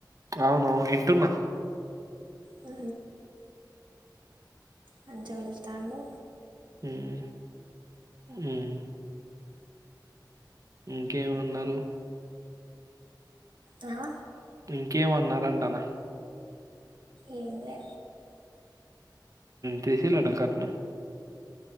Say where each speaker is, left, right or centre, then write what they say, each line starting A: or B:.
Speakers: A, on the right; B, on the right.
A: అవునవును వింటున్నా
B: ఆ మంచిగా చూస్తాండు
A: ఉమ్ ఉమ్ ఇంకేమన్నారు,
B: ఆ
A: ఇంకేమన్నారంటానా
B: ఎంలే
A: తెసిలట కట్నం